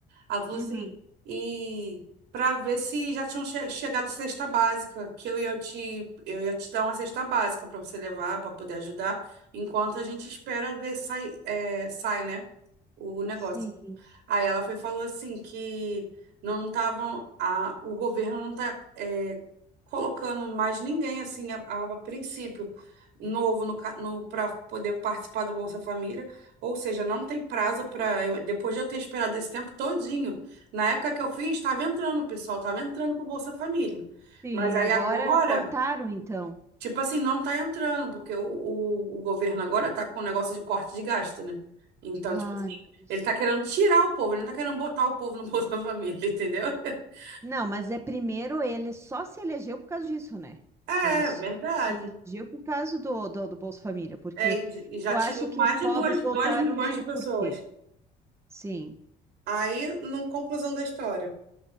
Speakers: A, on the right (about 80°); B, on the right (about 15°).
A: Ela falou
B: Uhum.
A: assim: E pra ver se já tinham che- chegado cesta básica, que eu ia te, eu ia te dar uma cesta básica pra você levar, pra poder ajudar, enquanto a gente espera ver sai, é, sai, né? O negócio.
B: Sim,
A: Aí ela foi e falou assim que não estavam, a, o governo não está colocando mais ninguém assim a, a princípio novo no, ca- no para poder participar do Bolsa Família, ou seja, não tem prazo para depois de eu ter esperado esse tempo todinho. Na época que eu fiz, estava entrando, pessoal, estava entrando para o Bolsa Família.
B: sim.
A: Mas aí
B: Agora
A: agora
B: cortaram, então.
A: Tipo assim, não tá entrando, porque o, o, o governo agora tá com um negócio de corte de gasto, né? Então,
B: Ai,
A: tipo assim,
B: meu Deus.
A: ele tá querendo tirar o povo, ele não tá querendo botar o povo no <laughs> Bolsa Família, entendeu? <laughs>
B: Não, mas é primeiro ele só se elegeu por causa disso, né?
A: É,
B: Ele só
A: verdade.
B: se elegeu por causa do, do, do Bolsa Família, porque
A: É, e e já
B: tu
A: tirou
B: acha que
A: mais
B: os pobres
A: de 2,
B: votaram
A: dois milhões
B: nele
A: de pessoas.
B: por quê? Sim.
A: Aí, na conclusão da história.